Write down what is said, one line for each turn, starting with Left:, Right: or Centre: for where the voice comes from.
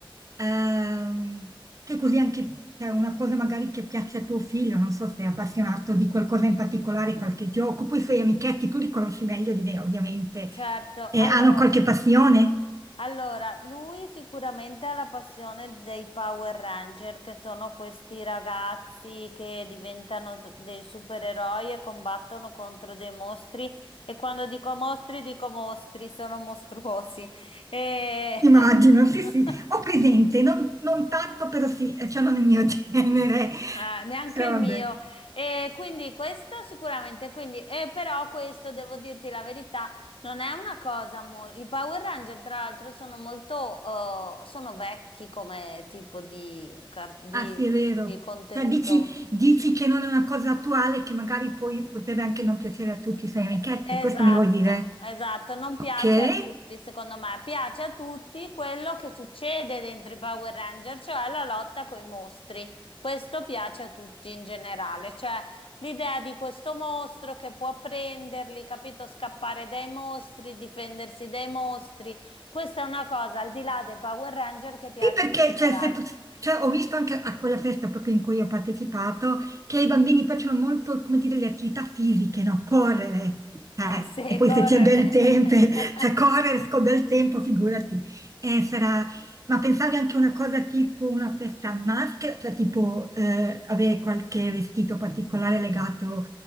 Right: ehm, che così anche cioè, una cosa magari che piace a tuo figlio, non so se è appassionato di qualcosa in particolare, qualche gioco. Poi i suoi amichetti, tu li conosci meglio di me, ovviamente.
Left: certo.
Right: Eh,
Left: Allora,
Right: hanno qualche passione?
Left: Allora, lui sicuramente ha la passione dei Power Ranger, che sono questi ragazzi che diventano t- dei supereroi e combattono contro dei mostri. E quando dico mostri, dico mostri, sono mostruosi. E...
Right: Immagino, sì,
Left: <laughs>
Right: sì, ho presente, non, non tanto, però sì, eh, cioè non il mio <laughs> genere,
Left: Ah, neanche
Right: però
Left: il
Right: vabbè,
Left: mio. E quindi questo sicuramente, quindi, e però questo devo dirti la verità, non è una cosa molto... I Power Ranger, tra l'altro, sono molto... eh, sono vecchi come tipo di, car- di,
Right: ah sì, è vero.
Left: di contenuto.
Right: Cioè, dici, dici che non è una cosa attuale, che magari poi potrebbe anche non piacere a tutti i suoi
Left: Eh,
Right: amichetti,
Left: Esatto,
Right: questo mi vuoi dire?
Left: esatto, non
Right: Ok?
Left: piace a tutti, secondo me, piace a tutti quello che succede dentro i Power Ranger, cioè la lotta coi mostri. Questo piace a tutti in generale, cioè l'idea di questo mostro che può prenderli, capito, scappare dai mostri, difendersi dai mostri. Questa è una cosa al di là dei Power Ranger che piace
Right: Sì, perché
Left: in generale.
Right: cioè, se tu- cioè, ho visto anche a quella festa proprio in cui ho partecipato che ai bambini piacciono molto, come dire, le attività fisiche, no? Correre.
Left: <laughs>
Right: Eh,
Left: Eh, sì,
Right: e poi
Left: correre.
Right: se c'è bel tempo,
Left: <laughs>
Right: <laughs> cioè correre con bel tempo, figurati. Eh, sarà... Ma pensavi anche a una cosa tipo una festa a maschera, cioè tipo eh, avere qualche vestito particolare legato